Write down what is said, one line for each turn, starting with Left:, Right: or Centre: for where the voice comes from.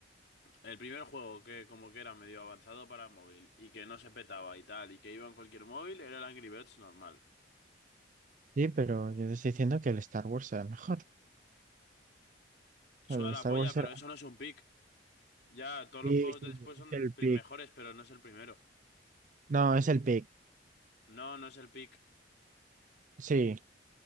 Left: El primer juego que como que era medio avanzado para móvil y que no se petaba y tal y que iba en cualquier móvil era el Angry Birds normal.
Right: Sí, pero yo te estoy diciendo que el Star Wars era mejor.
Left: Suda
Right: El
Left: la
Right: Star
Left: polla,
Right: Wars
Left: pero
Right: era.
Left: eso no es un pick. Ya, todos
Right: Sí,
Left: los juegos
Right: sí,
Left: de después son
Right: es el
Left: pri-
Right: pick.
Left: mejores, pero no es el primero.
Right: No, es el pick.
Left: No, no es el pick.
Right: Sí.